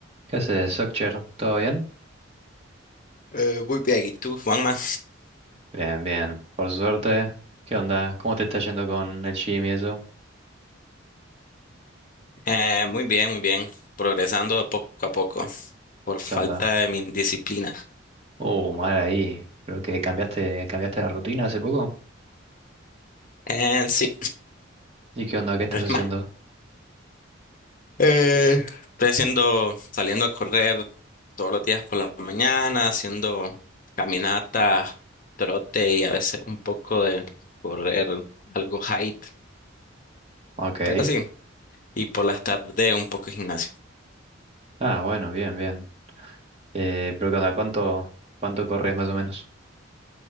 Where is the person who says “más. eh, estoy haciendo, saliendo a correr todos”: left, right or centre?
Left